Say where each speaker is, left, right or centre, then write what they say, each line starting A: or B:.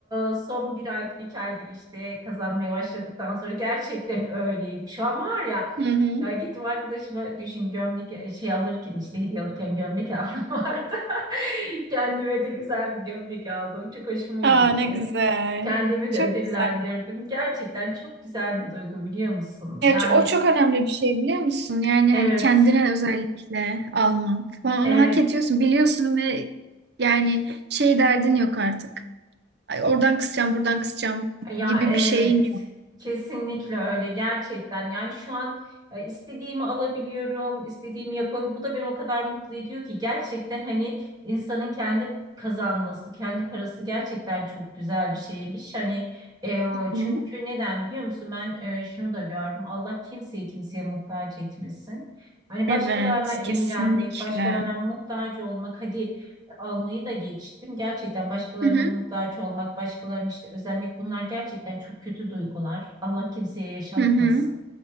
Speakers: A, on the right; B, on the right.
A: e, son bir aydır, iki aydır işte kazanmaya başladıktan sonra gerçekten öyleyim. Şu an var ya,
B: Hı hı.
A: ya gittim arkadaşıma düşün gömlek e, şey alırken işte hediye alırken gömlek aldım <laughs> bu arada. Kendime de güzel bir gömlek aldım. Çok hoşuma
B: Aa
A: gitti.
B: ne güzel.
A: Kendimi
B: Çok
A: de ödüllendirdim.
B: güzel.
A: Gerçekten çok güzel bir duygu biliyor musun?
B: Evet,
A: Yani
B: o çok önemli bir şey biliyor musun? Yani
A: Evet,
B: hani kendine özellikle almak falan
A: evet.
B: onu hak ediyorsun biliyorsun ve yani şey derdin yok artık. Ay, oradan kısacağım buradan kısacağım
A: Ya
B: gibi
A: evet.
B: bir şeyin yok.
A: Kesinlikle öyle gerçekten. Yani şu an e, istediğimi alabiliyorum, istediğimi yapabiliyorum. Bu da beni o kadar mutlu ediyor ki gerçekten hani insanın kendi kazanması, kendi parası gerçekten çok güzel bir şeymiş. Hani e, çünkü
B: Hı.
A: neden biliyor musun? Ben e, şunu da gördüm. Allah kimseyi kimseye muhtaç etmesin. Hani başkalarına
B: Evet
A: imrenmek,
B: kesinlikle.
A: başkalarına muhtaç olmak, hadi almayı da geçtim. Gerçekten başkalarına
B: Hı hı.
A: muhtaç olmak, başkalarının işte özenmek bunlar gerçekten çok kötü duygular. Allah kimseye yaşatmasın.
B: Hı hı.